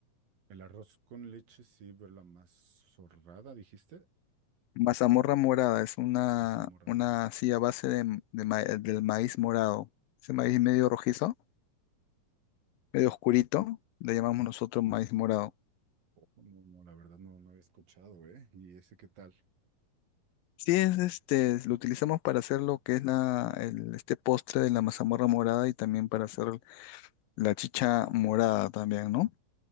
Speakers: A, on the right (about 70°); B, on the left (about 75°).
A: El arroz con leche, sí, pero la mazorrada, dijiste.
B: Mazamorra morada es una,
A: Mazamorra,
B: una
A: mora.
B: así a base de, de ma- del maíz morado. Ese maíz medio rojizo, medio oscurito, le llamamos nosotros maíz morado.
A: Ojo, no, no, la verdad no, no había escuchado, ¿eh? ¿Y ese qué tal?
B: Sí, es este, lo utilizamos para hacer lo que es la, el, este postre de la mazamorra morada y también para hacer la chicha morada también, ¿no?